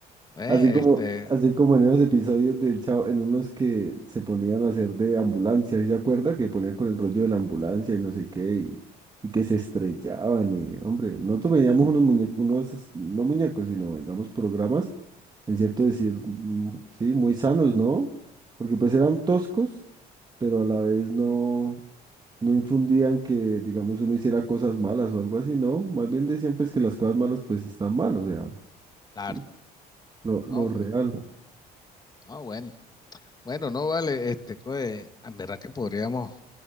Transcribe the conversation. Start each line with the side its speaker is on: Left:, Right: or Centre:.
Left: ¿Ves?
Right: Así como,
Left: Este,
Right: así como en esos episodios del Chavo, en unos que se ponían a hacer de ambulancia, ¿y se acuerda? Que ponían con el rollo de la ambulancia y no sé qué, y, y que se estrellaban, y, hombre, nosotros veíamos unos muñecos, unos, no muñecos, sino, digamos, programas, en cierto decir, mm, sí, muy sanos, ¿no? Porque pues eran toscos, pero a la vez no, no infundían que, digamos, uno hiciera cosas malas o algo así, ¿no? Más bien decían pues que las cosas malas pues están mal, o sea,
Left: claro.
Right: ¿sí? Lo,
Left: No,
Right: lo real.
Left: no, bueno. Bueno, no vale, este, pues, en verdad que podríamos